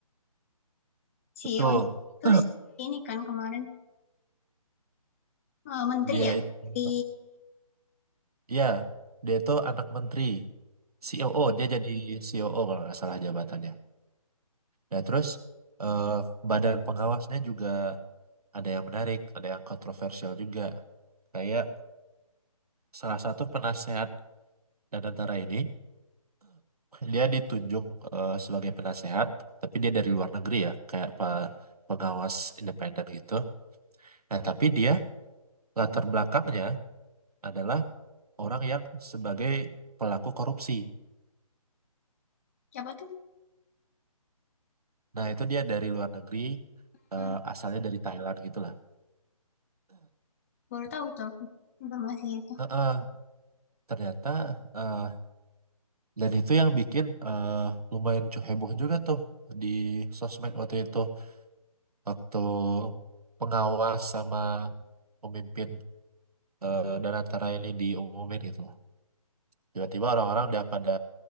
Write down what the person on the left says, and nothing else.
CEO-nya
itu si ini kan kemarin eh, menteri
ya
di
siapa tuh?
Hmm,
Baru tahu tuh aku informasi itu.